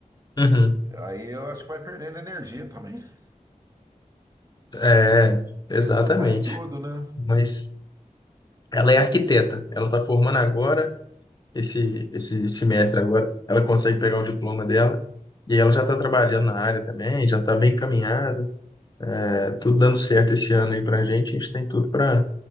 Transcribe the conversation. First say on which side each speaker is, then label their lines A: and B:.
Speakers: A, on the left; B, on the right.
A: Uhum.
B: aí eu acho que vai perdendo energia também. <laughs>
A: É, exatamente.
B: Tem que pensar em tudo, né?
A: Mas ela é arquiteta. Ela está formando agora, esse, esse semestre agora. Ela consegue pegar o diploma dela. E ela já está trabalhando na área também, já está bem encaminhada. É, tudo dando certo esse ano aí para a gente. A gente tem tudo para